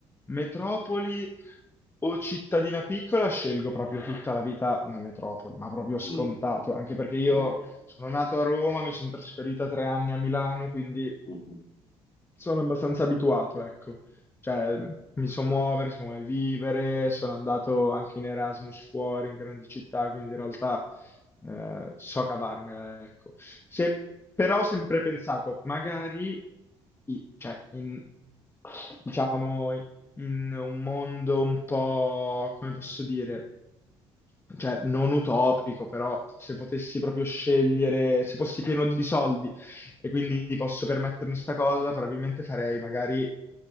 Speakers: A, on the left; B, on the left.
A: metropoli o cittadina piccola, scelgo proprio tutta la vita una metropoli, ma proprio scontato,
B: Mm,
A: anche perché io
B: mhm,
A: sono nato a Roma, mi sono trasferita tre anni a Milano, quindi
B: mhm.
A: sono abbastanza abituato, ecco. Cioè, mi so muovere, so come vivere, sono andato anche in Erasmus fuori, in grandi città, quindi in realtà eh, so cavarmela, ecco. Se- però ho sempre pensato, magari, i- cioè, in, diciamo, in un mondo un po', come posso dire? cioè non utopico, però se potessi proprio scegliere, se fossi pieno di soldi e quindi posso permettermi sta cosa, probabilmente farei magari